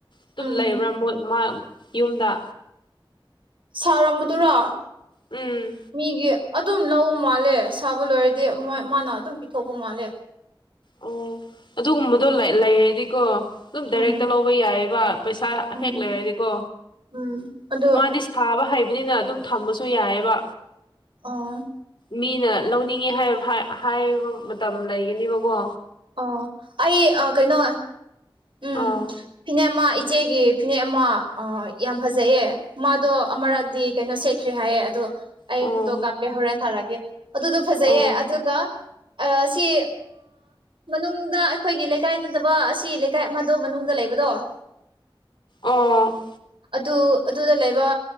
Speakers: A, on the left; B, on the right.
A: ꯑꯗꯨꯝ
B: ꯎꯝ
A: ꯂꯩꯕ꯭ꯔꯥ ꯃꯣꯏ ꯃꯥ ꯌꯨꯝꯗ
B: ꯁꯧꯔꯝꯕꯗꯨꯔꯣ
A: ꯎꯝ
B: ꯃꯤꯒꯤ ꯑꯗꯨꯝ ꯂꯧꯕ ꯃꯥꯜꯂꯦ ꯁꯥꯕ ꯂꯣꯏꯔꯗꯤ ꯃꯣꯏ ꯃꯥꯅ ꯑꯗꯨꯝ ꯄꯤꯊꯣꯛꯄ ꯃꯥꯜꯂꯦ
A: ꯑꯣ ꯑꯗꯨꯒꯨꯝꯕꯗꯣ ꯂꯩꯔꯗꯤꯀꯣ ꯑꯗꯨꯝ ꯗꯥꯏꯔꯦꯛꯇ
B: ꯎꯝ
A: ꯂꯧꯕ ꯌꯥꯏꯑꯕ ꯄꯩꯁꯥ
B: ꯎꯝ
A: ꯍꯦꯛ ꯂꯩꯔꯗꯤꯀꯣ
B: ꯎꯝ ꯑꯗꯣ
A: ꯃꯥꯗꯤ ꯊꯥꯕ ꯍꯩꯕꯅꯤꯅ ꯑꯗꯨꯝ ꯊꯃꯁꯨ ꯌꯥꯏꯑꯦꯕ
B: ꯑꯣ
A: ꯃꯤꯅ ꯂꯧꯅꯤꯡꯉꯦ ꯍꯥꯏ ꯍꯥꯏꯕ ꯃꯇꯝ ꯂꯩꯒꯅꯦꯕꯀꯣ
B: ꯑꯣ ꯑꯩ ꯑꯥ ꯀꯩꯅꯣ ꯎꯝ
A: ꯑꯥ
B: ꯐꯤꯅꯦꯛ ꯑꯃ ꯏꯆꯦꯒꯤ ꯐꯤꯅꯦꯛ ꯑꯃ ꯌꯥꯝ ꯐꯖꯩꯌꯦ ꯃꯥꯗꯣ ꯑꯃꯔꯛꯇꯗꯤ ꯀꯩꯅꯣ ꯁꯦꯠ ꯈ꯭ꯔꯦ ꯍꯥꯏꯌꯦ ꯑꯗꯣ ꯑꯩ
A: ꯑꯣ
B: ꯐꯣꯇꯣ ꯀꯥꯞꯄꯦ ꯍꯣꯔꯦꯟ ꯊꯥꯔꯛꯑꯒꯦ ꯑꯗꯨꯗꯣ ꯐꯖꯩꯌꯦ
A: ꯑꯣ
B: ꯑꯗꯨꯒ ꯁꯤ ꯃꯅꯨꯡꯗ ꯑꯩꯈꯣꯏꯒꯤ ꯂꯩꯀꯥꯏ ꯅꯠꯗꯕ ꯑꯁꯤ ꯂꯩꯀꯥꯢ ꯑꯃꯗꯣ ꯃꯅꯨꯡꯗ ꯂꯩꯕꯗꯣ
A: ꯑꯣ
B: ꯑꯗꯨ ꯑꯗꯨꯗ ꯂꯩꯕ